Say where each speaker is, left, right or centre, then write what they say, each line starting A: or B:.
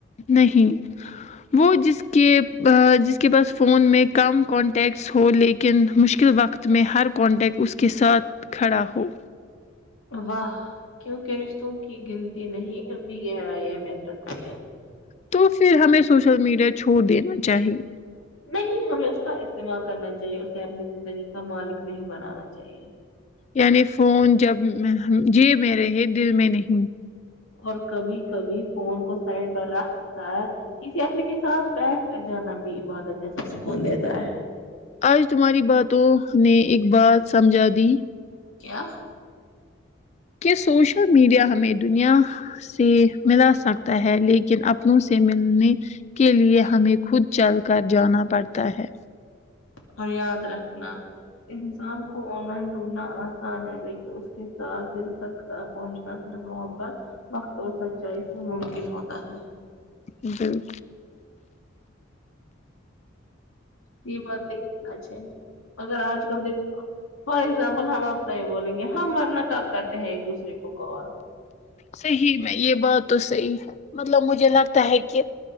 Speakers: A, on the left; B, on the left.
A: نہیں وہ جس کے جس کے پاس فون میں کم کانٹیکٹس ہو لیکن مشکل وقت میں ہر کانٹیکٹ اس کے ساتھ کھڑا ہو
B: واہ کیونکہ رشتوں کی گنتی نہیں ان کی گہرای اہمیت رکھتی ہے
A: تو پھر ہمیں سوشل میڈیا چھوڑ دینا چاہیے
B: نہیں ہمیں اس کا استعمال کرنا چاہیے اسے اپنی زندگی کا مالک نہیں بنانا چاہیے
A: یعنی فون جب جی میرے یہ دل میں نہیں
B: اور کبھی کبھی فون کو سائڈ پر رکھ کر کسی آدمی کے ساتھ بیٹھ جانا بھی عبادت جیسا سکون دیتا ہے
A: آج تمہاری باتوں نے ایک بات سمجھا دی
B: کیا
A: کہ سوشل میڈیا ہمیں دنیا سے ملا سکتا ہے لیکن اپنوں سے ملنے کے لیے ہمیں خود چل کر جانا پڑتا ہے
B: اور یاد رکھنا انسان کو آن لائن ڈھونڈنا آسان ہے لیکن اس کے ساتھ دل تک پہنچنا صرف محبت وقت اور سچائی سے ممکن ہوتا ہے
A: بالکل
B: یہ بات نہیں ا <unintelligible> ھ اگر آج کل دیکھ فار ایگزامپل ہم اپنا ہی بولیں گے ہم ورنہ کب کرتے ہیں ایک دوسرے کو کال
A: صحیح میں یہ بات تو صحیح ہے مطلب مجھے لگتا ہے کہ